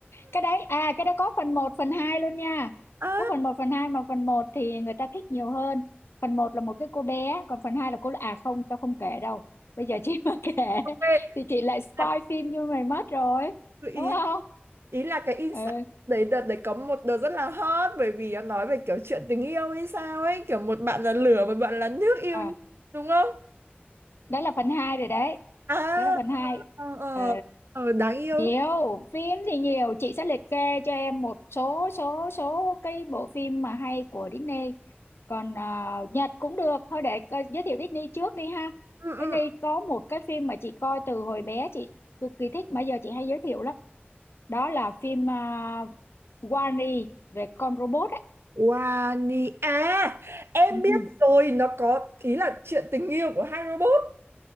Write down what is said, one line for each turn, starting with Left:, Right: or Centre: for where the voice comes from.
Left: cái đấy à cái đấy có phần một phần 2 luôn nha
Right: À,
Left: có phần một phần hai mà phần một thì người ta thích nhiều hơn phần một là một cái cô bé còn phần 2 là cô à không tao không kể đâu bây giờ chị <laughs> mà kể
Right: về
Left: thì chị lại spoil
Right: à,
Left: phim như mày mất rồi
Right: ý
Left: đúng không
Right: ý là cái insight
Left: ừ
Right: đấy đợt đấy có một đợt rất là hot bởi vì nó nói về kiểu chuyện tình yêu hay sao ấy kiểu một bạn là lửa một bạn là nước yêu
Left: à
Right: nhau, đúng không
Left: đó là phần 2 rồi đấy
Right: à
Left: đó là phần hai
Right: ờ ờ
Left: ừ
Right: ờ, đáng yêu
Left: nhiều phim thì nhiều chị sẽ liệt kê cho em một số số số cái bộ phim mà hay của Disney còn à, Nhật cũng được thôi để coi- giới thiệu Disney trước đi ha
Right: ừ, ừ.
Left: Disney có một cái phim mà chị coi từ hồi bé chị cực kỳ thích mà giờ chị hay giới thiệu lắm đó là phim uh, Wall-E về con robot ấy
Right: Wani à em
Left: ừ,
Right: biết
Left: ừ,
Right: rồi nó có ý là chuyện tình yêu của hai robot